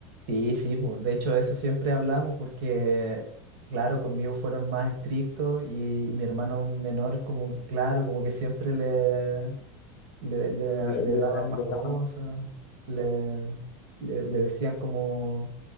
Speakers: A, on the right; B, on the left.
A: Sí, sí, pues de hecho eso siempre hablamos porque, claro, conmigo fueron más estrictos y, y mi hermano menor como, claro, como que siempre le, le, le-
B: de,
A: le
B: de,
A: daban más
B: de
A: cosas,
B: la
A: le, le, le decían como,